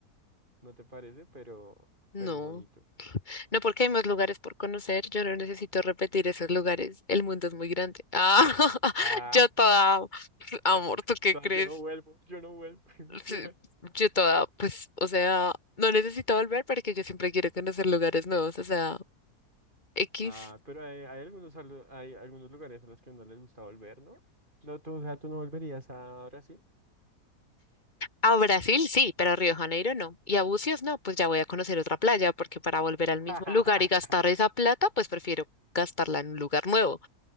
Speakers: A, on the right; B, on the left.
A: ¿no te parece? Pero,
B: No,
A: pero es bonito.
B: no porque hay más lugares por conocer, yo no necesito repetir esos lugares, el mundo es muy grande. Ah, <laughs>
A: Ah,
B: yo toda, amor,
A: <laughs>
B: ¿tú qué
A: no,
B: crees?
A: yo no vuelvo, yo no vuelvo.
B: Sí,
A: <laughs>
B: Yo toda, pues, o sea, no necesito volver porque yo siempre quiero conocer lugares nuevos, o sea, X.
A: Ah, pero hay, hay algunos, alu- hay algunos lugares a los que no les gusta volver, ¿no? No, tú, o sea, tú no volverías a Brasil.
B: A Brasil sí, pero a Río de Janeiro no. Y a Bucios no, pues ya voy a conocer otra playa, porque para volver al mismo
A: <laughs>
B: lugar y gastar esa plata, pues prefiero gastarla en un lugar nuevo.